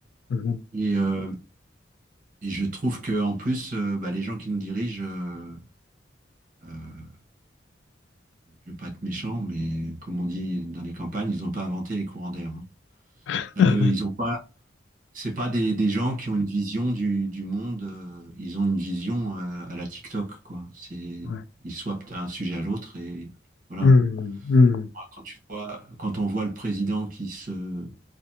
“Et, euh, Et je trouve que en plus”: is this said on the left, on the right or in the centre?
Right